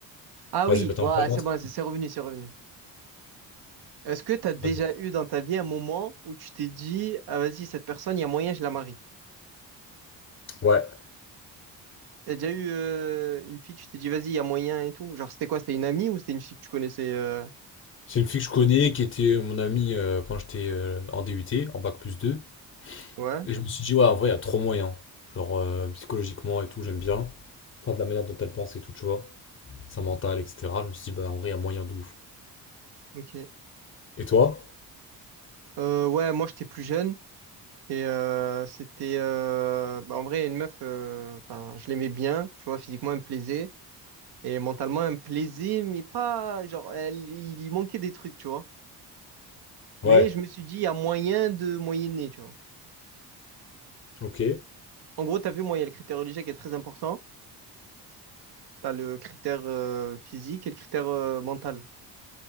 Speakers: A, on the right (about 65°); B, on the left (about 35°).
A: Ah
B: Vas-y,
A: oui,
B: bah t'en
A: voilà,
B: as pas une
A: c'est
B: autre?
A: bon, c'est c'est revenu, c'est revenu. Est-ce que t'as déjà
B: Vas-y.
A: eu dans ta vie un moment où tu t'es dit, ah, vas-y, cette personne, il y a moyen, je la marie?
B: Ouais.
A: T'as déjà eu euh, une fille, tu t'es dit, vas-y, il y a moyen et tout? Genre, c'était quoi? C'était une amie ou c'était une fille que tu connaissais? euh,
B: C'est une fille que je connais qui était euh, mon amie euh, quand j'étais euh, en DUT, en bac plus deux
A: Ouais.
B: Et je me suis dit, ouais, en vrai, il y a trop moyen. Genre, euh, psychologiquement et tout, j'aime bien. Enfin, de la manière dont elle pense et tout, tu vois. Sa mentale, etc. Je me suis dit, bah, en vrai, il y a moyen de ouf.
A: Ok.
B: Et toi?
A: Euh, ouais, moi j'étais plus jeune et euh, c'était euh, bah, en vrai une meuf, euh, enfin je l'aimais bien, tu vois, physiquement elle me plaisait et mentalement elle me plaisait, mais pas genre elle, il y manquait des trucs, tu vois.
B: Ouais.
A: Mais je me suis dit il y a moyen de moyenner, tu vois.
B: Ok.
A: En gros, t'as vu, moi il y a le critère religieux qui est très important, t'as le critère euh, physique et le critère euh, mental.